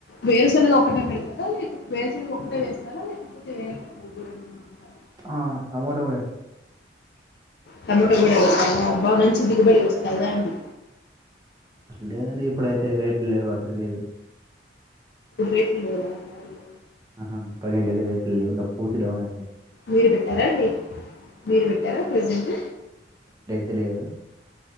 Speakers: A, on the left; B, on the right.
A: వేరుశెనగ ఒకటే పెడతారా లేకపోతే వేరుశనగ ఒకటే వేస్తారా లేకపోతే వేరే కట్టి కూడతా
B: ఆ టమోటో కూడా వేస్తా
A: టమోటా కూడా వేస్తారా బాగా మంచి దిగుబడి వస్తాదా అండీ
B: లేదండి ఇప్పుడైతే రేట్లు లేవు కాబట్టి లేదు
A: రేట్లు లేవా అయ్యో
B: ఆహా ప్రెజెంట్ అయితే రేట్లు లేవు పూర్తి డౌన్ అయిపోతు
A: మీరు పెట్టారా అండి మీరు పెట్టారా ప్రజెంట్
B: తెలియదు